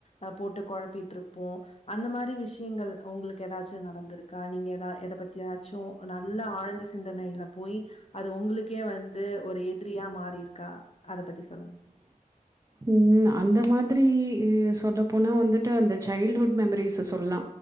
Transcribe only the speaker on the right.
ம் அந்த மாதிரி சொல்லப்போனா வந்துட்டு அந்த சைல்டுஹுட் மெமரிஸ சொல்லா